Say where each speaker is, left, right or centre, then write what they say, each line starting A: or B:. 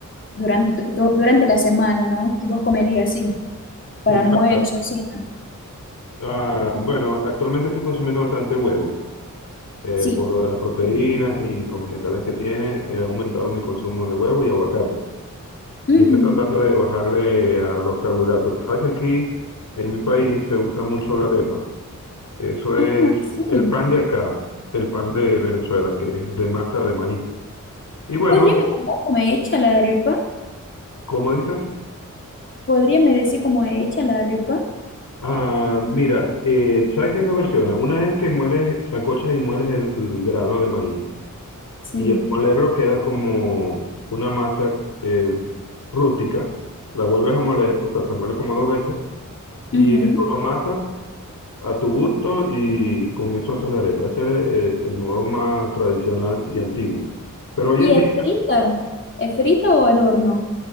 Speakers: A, on the left; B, on the left.
A: durante, tu- tu- durante la semana, ¿no? Que vos comerías así para
B: sin
A: almuerzo,
B: falta.
A: cena.
B: Ah, bueno, actualmente estoy consumiendo bastante huevo. eh,
A: Sí.
B: por lo de las proteínas y los minerales que tiene, he aumentado mi consumo de huevo y aguacate.
A: Ujú.
B: Y estoy tratando de bajarle a los carbohidratos. Tú Sabes que aquí en mi país se usa mucho la arepa. Eso
A: Ah,
B: es
A: sí.
B: el pan de acá, el pan de Venezuela, que es de masa de maíz. Y bueno,
A: ¿Podría me contar cómo es hecha la arepa?
B: ¿cómo dices?
A: ¿Podría me decir cómo es hecha la arepa?
B: Ah, mira, eh, sabes que hay dos versiones. Una es que mueles, sancochas y mueles el, el grano de maíz.
A: Sí.
B: Y al molerlo queda como una masa eh, rústica. La vuelves a moler, o sea, se muele como dos veces. Y
A: Ujú.
B: esto lo amasas a tu gusto y con eso haces la arepa. Ese es eh, el modo más tradicional y antiguo. Pero hoy
A: ¿Y
B: en día,
A: es frita? ¿Es frita o al horno?